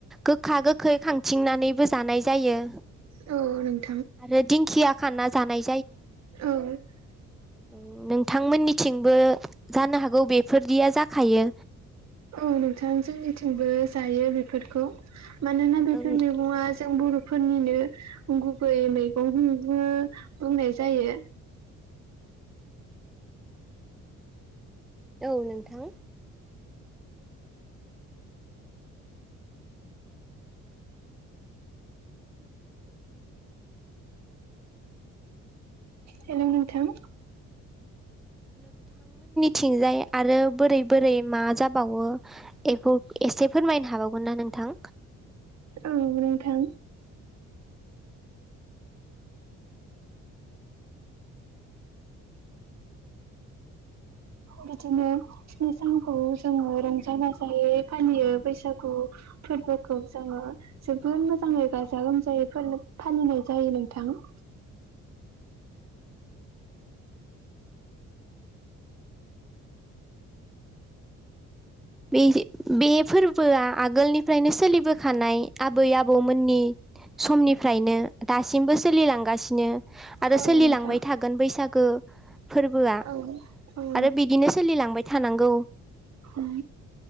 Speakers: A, in the centre; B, on the right.
A: गोखा गोखै खांथिंनानैबो जानाय जायो
B: औ नों
A: आरो दिंखिया खाना जानाय
B: औ
A: औ नोंथांमोननिथिंबो जानो हागौ बेफोरदिया जाखायो
B: औ नोंथां जोंनिथिंबो जायो बेफोरखौ मानोना बेफोर
A: औ
B: मैगङा जों बर' फोरनिनो गुबै मैगं <unintelligible> बुंनाय जायो
A: औ नोंथां
B: हेल' नोंथां
A: थिंजाय आरो बोरै बोरै मा जाबावो बेखौ एसे फोरमायनो हाबावगोन ना नों थां
B: औ नोंथां बिदिनो स्नि सानखौ जोङो रंजा बाजायै फालियो बैसागु फोरबोखौ जोङो जोबोर मोजाङै गाजा गोमजायै फालिनाय जायो नोंथां <inaudible>
A: बे बे फोरबोआ आगोलनिफ्रायनो सोलिबोखानाय आबै आबौमोननि समनिफ्रायनो दासिमबो सोलिलांगासिनो आरो
B: औ
A: सोलिलांबाय
B: नोंथां
A: थागोन बैसागो फोरबोआ
B: औ औ
A: आरो बिदिनो सोलिलांबाय थानांगौ
B: उम